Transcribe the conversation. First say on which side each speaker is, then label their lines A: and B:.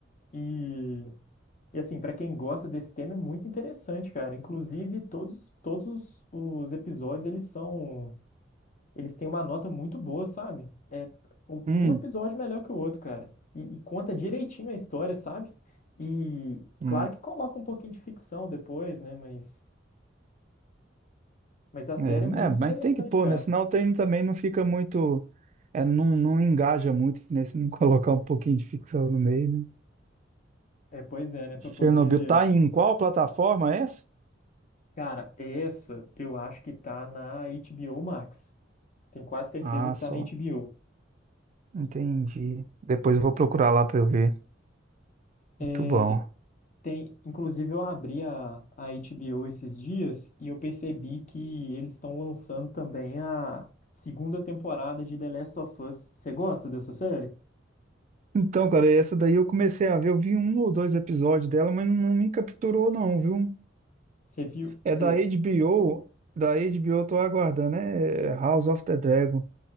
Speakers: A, on the left (about 40°); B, on the right (about 40°).
A: E E assim, pra quem gosta desse tema é muito interessante, cara. Inclusive, todos, todos os, os episódios, eles são, eles têm uma nota muito boa, sabe? É um,
B: hum,
A: um episódio melhor que o outro, cara. E, e conta direitinho a história, sabe? E
B: não.
A: claro que coloca um pouquinho de ficção depois, né? Mas, mas a série
B: É,
A: é muito
B: é, mas
A: interessante,
B: tem que pôr,
A: cara.
B: né? Senão tem, também não fica muito, é, não, não engaja muito, né? Se não <laughs> colocar um pouquinho de ficção no meio, né?
A: É, pois é, né? Pra poder.
B: Chernobyl tá em qual plataforma essa?
A: Cara, essa eu acho que tá na HBO Max. Tenho quase certeza
B: Ah,
A: que
B: só.
A: tá na HBO.
B: Entendi. Depois eu vou procurar lá para eu ver.
A: É,
B: Muito bom.
A: Tem, inclusive eu abri a, a HBO esses dias e eu percebi que eles estão lançando também a segunda temporada de The Last of Us. Você gosta dessa série?
B: Então, cara, essa daí eu comecei a ver, eu vi um ou dois episódios dela, mas não me capturou não, viu?
A: Você viu?
B: É
A: Você...
B: da HBO, da HBO eu tô aguardando, né? É House of the Dragon,